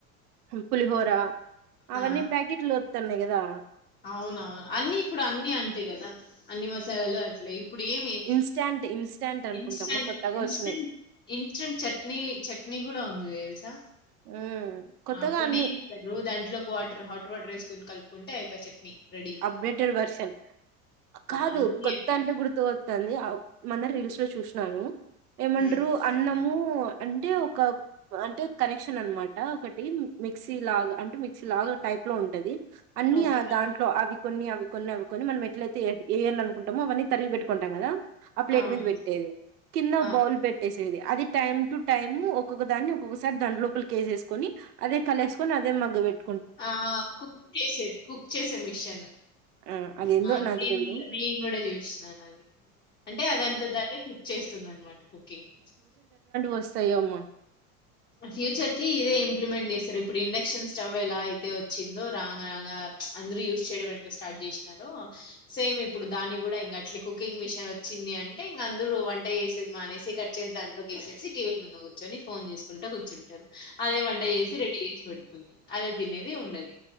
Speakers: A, on the right; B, on the left.
A: పులిహోరా అవన్నీ
B: ఆ,
A: ప్యాకెట్లో తన్నే కదా
B: అవునవును అన్ని ఇప్పుడు అన్ని అంతే కదా అన్ని మసాలాలు అట్లే ఇప్పుడు ఏమి
A: ఇన్స్టాంట్ ఇన్స్టాంట్ అనుకుంటాము
B: ఇన్స్టెంట్
A: కొత్తగా
B: ఇన్స్టెంట్
A: వచ్చినాయి
B: ఇన్స్టాంట్ చట్నీ చట్నీ కూడా ఉంది తెలుసా
A: ఉమ్, కొత్తగా
B: ఆ పొడి
A: అన్ని
B: ఇస్తదు దాంట్లో ఒక వాటర్ హాట్ వాటర్ వేసుకొని కలుపుకుంటే అయిపోయి చట్నీ రెడీ
A: అప్డేటెడ్ వర్షన్ కాదు
B: అన్ని
A: కొత్త
B: అట్లే
A: అంటే గుర్తు ంది మన చూను ఏమంటారు
B: ఉమ్,
A: అన్నము అంటే ఒక అంటే కనెక్షన్ అనమాట ఒకటి మిక్సీ లాగ అంటే మిక్సీ లాగ టైప్ లో ఉంటంది అన్నియ
B: ఓకే
A: దా అవి కొన్ని అవి కొన్ని అవి ని మనం ఎట్లయితే ఏర్ అకుంటామో అన్న తరిగి పెట్టుకుంటాం కదా ఆ ప్లేట్
B: అవును
A: మీద పెట్టేది కింద
B: ఆ,
A: బౌల్ పెట్టేసి అది టైమ్ టు టైమ్ ఒక్కొక్క దాన్ని ఒక్కొక్కసారి దం లోపల కేేసేసుకొని అదే కలసుకొని అదే మగ్గ పెట్
B: ఆ కుక్ చేసేది కుక్ చేసేది మిషన్
A: ఆ అదేందో
B: న
A: నాకు తెలీదు
B: నేను కూడా చూస్తున్నాను అది అంటే అదంత దనే కుక్ చేస్తుంది అనమాట కుకింగ్
A: వస్తయము
B: ఫ్యూచర్ కి ఇదే ఇంప్లిమెంట్ చేస్తారు ఇప్పుడు ఇండక్షన్ స్టవ్ ఎలా అయితే వచ్చిందో రాంగ రాంగ అందరుూ యూజ్ చేయడం ఎట్లా స్టార్ట్ చేసినారో సేమ్ ఇప్పుడు దాన్ని కూడా ఇం అట్ కుకింగ్ మిషన్ వచ్చింది అంటే ఇంక అందరూ వంట వేసేది మానేసి కట్ చేసి దాంట్లోకిేసేసి టీవీల ముందు కూర్చొని ఫోన్ చేసుకు కుంట కూర్చుంటది అదే వంట చేేసి రెడీ చేసి పెడుతుంది అదే తినేది ఉండది